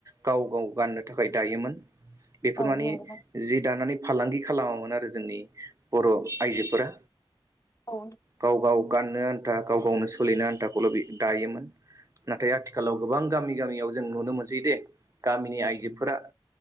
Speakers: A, on the right; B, on the left.
A: गाव गाव गाननो थाखाय दायोमोन बेफोर
B: औ
A: माने
B: नंगौ नोंथां
A: जि दानानै फालांगि खालामामोन आरो जोंनि बर' आइजोफोरा
B: औ
A: गाव गाव गाननो आन्था गाव गावनो सोलिनो आन्थाखौल' दायोमोन नाथाय आथिखालाव गोबां गामि गामियाव जों नुनो मोनसै दे गामिनि आइजोफोरा